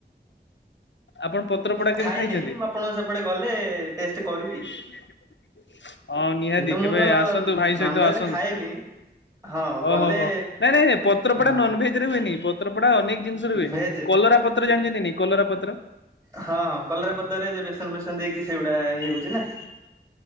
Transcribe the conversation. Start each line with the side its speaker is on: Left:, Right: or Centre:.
Left: ଆପଣ ପତ୍ରପଡା କେବେ
Right: ଖାଇନି
Left: ଖାଇଛନ୍ତି?
Right: ମୁଁ ଆପଣଙ୍କ ସେପଟେ ଗଲେ ଟେଷ୍ଟ କରିବି।
Left: <inaudible> ହଁ ନିହାତି
Right: ଏତ ମୁଁ
Left: କେବେ
Right: ତ
Left: ଆସନ୍ତୁ ଭାଇ
Right: ନନଭେଜ
Left: ସହିତ ଆସନ୍ତୁ।
Right: ଖାଏନି ହଁ
Left: ଓହୋ
Right: ଗଲେ
Left: ହୋ ନାଇଁ ନାଇଁ ପତ୍ରପଡା
Right: ହଁ
Left: ନନ ଭେଜରେ ହୁଏନି ପତ୍ରପଡା ଅନେକ ଜିନିଷ ର ହୁଏ।
Right: ଭେଜ
Left: କଲରା ପତ୍ର ଜାଣିଛନ୍ତି ନାଇ କଲରା ପତ୍ର?
Right: ହଁ ହଁ କଲରା ପତ ରେ ଯେ ବେସନ ବେସନ ଦେଇକି ସେଇଗୁଡା ଇଏ ହଉଛି ନା।